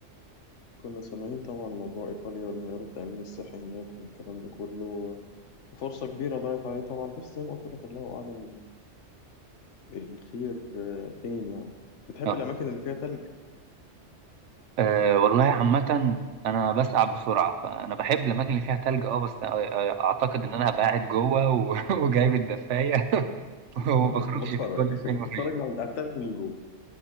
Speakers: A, on the left; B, on the right.
A: كنا سامعين طبعا موضوع إيطاليا وانهيار التأمين الصحي هناك والكلام ده كله فرصة كبيرة ضاعت عليه طبعا بس زي ما قلت لك الله أعلم الخير آه، فين يعني بتحب
B: آه.
A: الأماكن اللي فيها تلج
B: آه، والله عامة انا بسقع بسرعة فانا بحب الاماكن اللي فيها تلج اه بس آه، آه، اعتقد ان انا هبقى قاعد جوه و- <laughs> وجايب الدفاية <laughs>
A: آه،
B: وما بخرجش
A: وبتفرج
B: في كل
A: <laughs>
B: فين وفين
A: بتفرج من على التلج من جوه